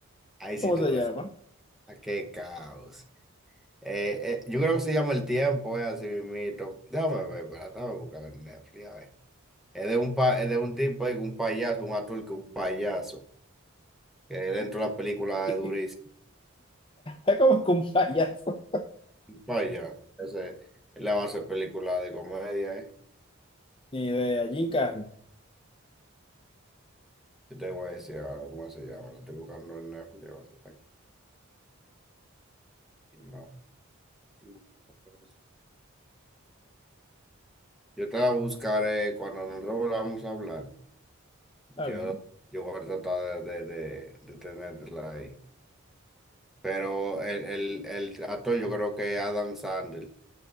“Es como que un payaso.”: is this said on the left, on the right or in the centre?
Left